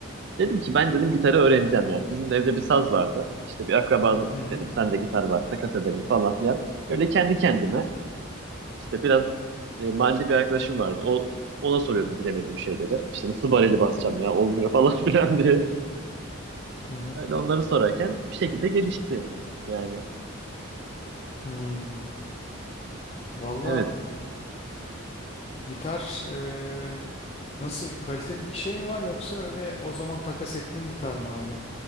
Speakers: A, on the right; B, on the left.
A: Dedim ki ben dedim gitarı öğreneceğim yani. Bizim de evde bir saz vardı. İşte bir akrabanın
B: Hı hı hı hı.
A: dedim sende gitar var takas edelim falan filan. Öyle kendi kendime işte biraz e, mahalle bir arkadaşım vardı. O, ona soruyordum bilemediğim şeyleri. İşte nasıl bareli basacağım ya olmuyor falan <laughs> filan diye.
B: hı hı.
A: Öyle onları sorarken bir şekilde gelişti. Yani
B: Hmm. Valla
A: evet.
B: gitar e, nasıl kaliteli bir şey mi var yoksa öyle o zaman takas ettiğin gitar mı hala?